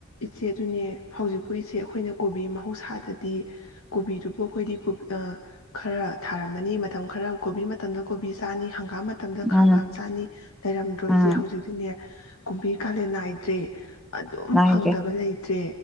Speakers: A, on the left; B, in the centre.
A: ꯏꯆꯦ ꯑꯗꯨꯅꯦ ꯍꯧꯖꯤꯛꯄꯨ ꯏꯆꯦ ꯑꯩꯈꯣꯏꯅ ꯀꯣꯕꯤ ꯃꯍꯧꯁꯥꯗꯗꯤ ꯀꯣꯕꯤꯗꯨꯕꯨ ꯑꯩꯈꯣꯏꯗꯤ ꯈꯔ ꯊꯥꯔꯝꯃꯅꯤ ꯃꯇꯝ ꯈꯔ ꯀꯣꯕꯤ ꯃꯇꯝꯗ ꯀꯣꯕꯤ ꯆꯥꯅꯤ ꯍꯪꯒꯥꯝ ꯃꯇꯝꯗ
B: ꯎꯝ
A: ꯍꯪꯒꯥꯝ ꯆꯥꯅꯤ ꯂꯩꯔꯝꯗ꯭ꯔꯣ
B: ꯎꯝ
A: ꯏꯆꯦ ꯍꯧꯖꯤꯛꯇꯤꯅꯦ ꯀꯨꯝꯕꯤ ꯀꯥꯂꯦꯟ ꯅꯥꯏꯗ꯭ꯔꯦ ꯑꯗꯨꯝ
B: ꯅꯥꯏꯗ꯭ꯔꯦ
A: ꯐꯪꯗꯕ ꯂꯩꯇ꯭ꯔꯦ